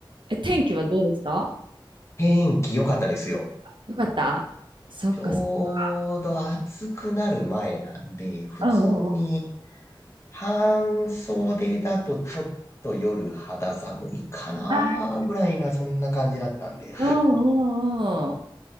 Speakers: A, on the right; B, on the left.
A: え、天気はどうですか
B: 天気良かったですよ。
A: よかったそっかそっか。
B: ちょうど暑くなる前なんで、普通に
A: うんうんうん。
B: 半袖だとちょっと夜肌寒いかなぐらいな、
A: あ
B: そんな感じだったんで、
A: うんうんうん。